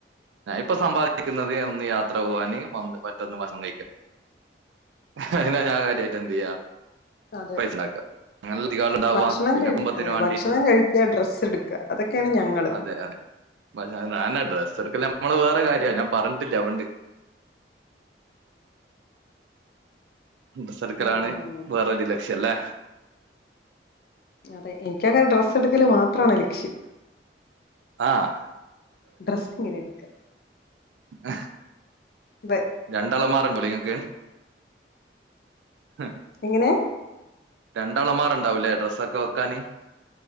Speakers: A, on the right; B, on the left.
A: ഞാ ഇപ്പൊ സമ്പാദിക്കുന്നത് ഒന്ന് യാത്ര പോവാന് പന്ത് മറ്റൊന്ന് ഭക്ഷണം കഴിക്ക <unintelligible> ഞാൻ കാര്യയിട്ട് എന്തെയ്യാ
B: അതെ
A: പൈസണ്ടാക്കാ അങ്ങനെല്ലെധികാളുണ്ടവാ
B: ഭക്ഷണം
A: പിന്നെ
B: കഴി
A: കുംഭത്തിന്
B: അതെ
A: വേണ്ടിട്ടും
B: ഭക്ഷണം കഴിക്ക ഡ്രസ്സ് എടുക്ക അതൊക്കെയാണ് ഞങ്ങള്
A: അതെ അതെ <unintelligible> ഡ്രസ് ചെറുക്കല്ല നമ്മള് വേറെ കാര്യമാണ് ഞാൻ പറഞ്ഞിട്ടില്ലേ അവണ്ട് <unintelligible> സർക്കലാണ്
B: ഉം
A: വേറൊരു ലക്ഷ്യംല്ലേ
B: അതെ എനിക്കങ്ങനെ ഡ്രസ്സ് എടുക്കല് മാത്രാണ് ലക്ഷ്യം
A: ആഹ്
B: ഡ്രസ് ഇങ്ങനെടുക്കാ
A: ആഹ്
B: അതെ
A: രണ്ടളമാറണ്ടോ ഇങ്ങക്ക് ഹ്
B: എങ്ങനെ
A: രണ്ട് അളമാറണ്ടാവൂലേ ഡ്രസ്സൊക്കെ വെക്കാന്